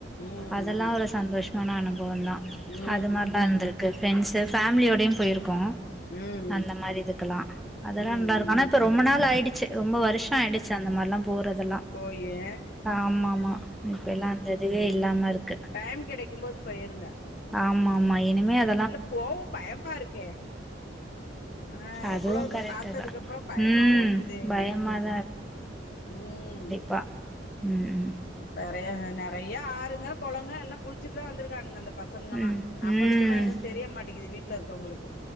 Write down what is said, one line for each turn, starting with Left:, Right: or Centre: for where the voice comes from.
Left: ம்
Centre: அதெல்லா
Left: ம்
Centre: ஒரு சந்தோஷமான அனுபவந்தா
Left: ம்
Centre: அது மார்லா இருந்துரு
Left: ம்
Centre: க்கு ஃப்ரெண்ட்ஸ்சு ஃபேமிலியோடயு போயிருக்கோ
Left: ம்
Centre: அந்த மாரி இதுக்குலா அதெல்லா
Left: ம்
Centre: நல்லா இருக்கு ஆனா
Left: ம்
Centre: இப்ப ரொம்ப நாள் ஆயிடுச்சு ரொம்ப வருஷோ ஆயிடுச்சு அந்த மார்லா போறதெல்லா
Left: ஓ ஏ
Centre: ஆமாமா இப்ப எல்லா அந்த இதுவே இல்லாமருக்கு
Left: டைம் கெடக்கும்போது போயிருங்க
Centre: ஆமாமா இனிமே அது
Left: இல்ல போவு பயமாருக்கே அ
Centre: அதுவும்
Left: இவ்ளோ இது
Centre: கரெக்டு
Left: பாத்ததுக்கப்றோ
Centre: தான்
Left: பயமாவு
Centre: ம்
Left: ருக்குதே
Centre: பயமாக
Left: ஐயையோ ம்
Centre: பா ம் ம்
Left: பெறையஹ நெறைய ஆறுங்க கொளங்க எல்லா குளிச்சுட் தா வந்துருக்கானுங்க அந்தப் பசங்கல்லா
Centre: ம்
Left: நம்மளுக்குதா
Centre: ம்
Left: எதுவு தெரிய மாட்டேக்கிது வீட்ல இருக்கவங்களுக்கு